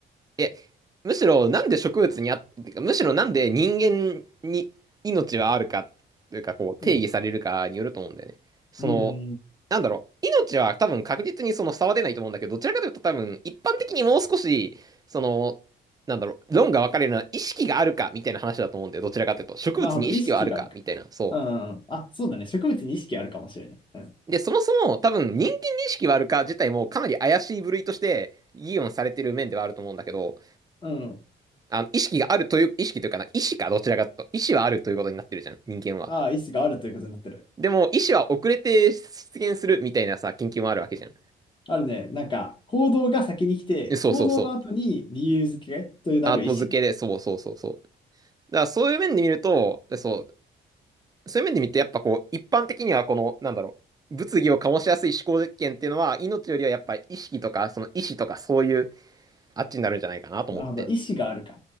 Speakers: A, on the right; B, on the left.
A: え、むしろなんで植物にあ、てかむしろなんで人間に命はあるか、というかこう定義されるかによると思うんだよね。
B: うん。
A: その、
B: うんうん、
A: なんだろう、命は多分確実にその差は出ないと思うんだけど、どちらかというと多分一般的にもう少し、その、なんだろう、論が分かれるのは意識があるかみたいな話だと思うんだよ。どちらかというと。植物に意識はあるかみたいな。
B: なるほど。意識があるか。
A: そう。
B: うん。あ、そうだね。植物に意識あるかもしれない。うん。
A: で、そもそも多分人間認識はあるか自体もかなり怪しい部類として議論されてる面ではあると思うんだけど、
B: うん。
A: あの意識があるという、意識というかな、意思かどちらかと、意思はあるということになってるじゃん、人間は。
B: ああ、意識があるということになってる。
A: でも、意思は遅れて出現するみたいなさ、研究もあるわけじゃん。
B: あるね。なんか、行動が先に来て、
A: でそうそうそう。
B: 行動の後に理由付けとなる意思が。
A: アート付けで、そうそうそうそう。だからそういう面で見ると、そう、そういう面で見てやっぱこう、一般的にはこの、なんだろう、物議を醸しやすい思考実験っていうのは、命よりはやっぱ意識とか、その意思とかそういう、あっちになるんじゃないかなと思って。
B: なるほど。意思があるか。